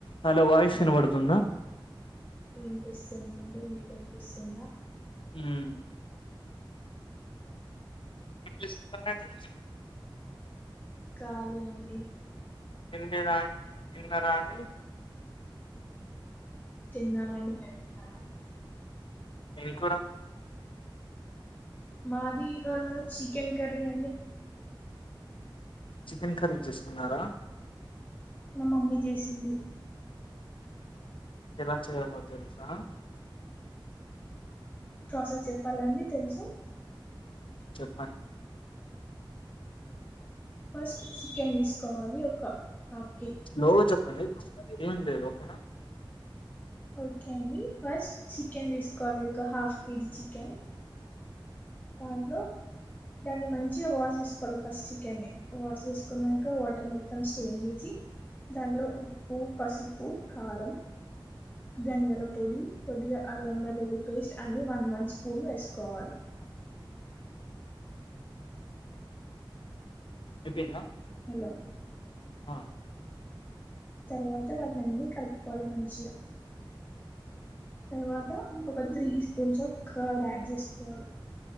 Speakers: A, on the left; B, on the left.
A: Hello voice వినబడుతుందా.
B: వినిపిస్తుందండి నీకు వినిపిస్తుందా.
A: ఉమ్ ఏం చేస్తున్నారండీ.
B: ఖాలీ అండి.
A: తిండి రా తిన్నరా అండి.
B: తిన్నామండి. మీరు తిన్నారా.
A: ఏం కూర.
B: మాది ఇవాళ చికెన్ కర్రీ అండి.
A: చికెన్ కర్రీ చేసుకున్నారా.
B: మా మమ్మీ చేసింది.
A: ఎలా చేయాలో తెలుసా.
B: ప్రాసెస్ చెప్పాలాండి తెలుసు.
A: చెప్పండి.
B: ఫస్ట్ చికెన్ తీసుకోవాలి. ఒక హఫ్
A: స్లోగ చెప్పండి తొందర ఏం లేదు. ఓక్
B: ఓకే అండి ఫస్ట్ చికెన్ తీసుకోవాలి ఒక హాఫ్ కేజీ చికెన్. దాంట్లో దాన్ని మంచిగ వాష్ చేసుకోవాలి ఫస్ట్ చికెన్ని. వాష్ చేసుకునంక వాటర్ మొత్తం స్టెయిన్ చేసి దాంట్లో ఉప్పు, పసుపు, కారం. ధనియాల పొడి, కొద్దిగా అల్లం వెల్లుల్లి పేస్ట్ అన్ని వన్ వన్ స్పూన్ వేసుకోవాలి.
A: చెప్పిందా
B: హలో
A: ఆ
B: తర్వాత వాటినిన్ని కలుపుకోవాలి మంచిగా తర్వాత ఒక three spoons of curd add చేసుకోవాలి